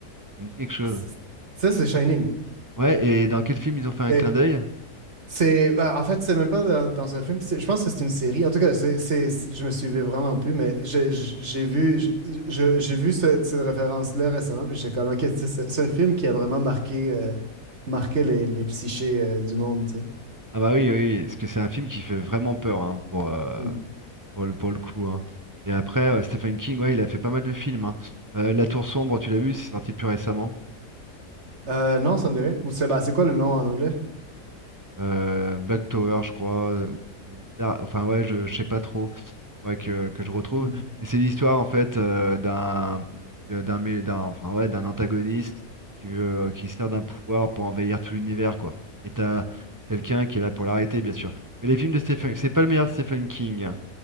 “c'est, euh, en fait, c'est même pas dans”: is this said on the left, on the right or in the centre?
Right